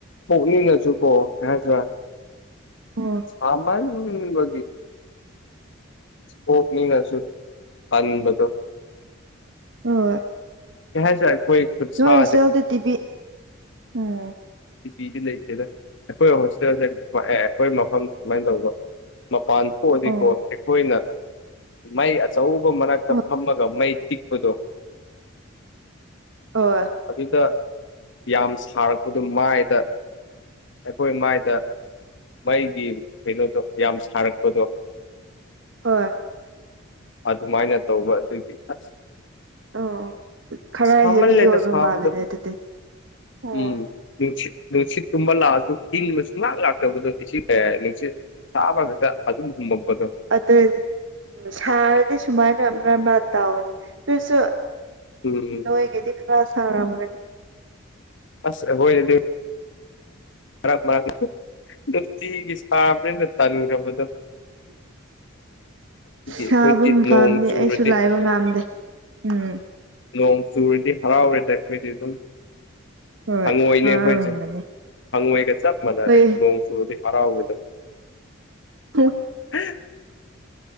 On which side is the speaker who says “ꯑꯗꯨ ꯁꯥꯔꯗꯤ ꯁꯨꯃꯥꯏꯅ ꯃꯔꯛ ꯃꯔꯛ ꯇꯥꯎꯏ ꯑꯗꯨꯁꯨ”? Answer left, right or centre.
Right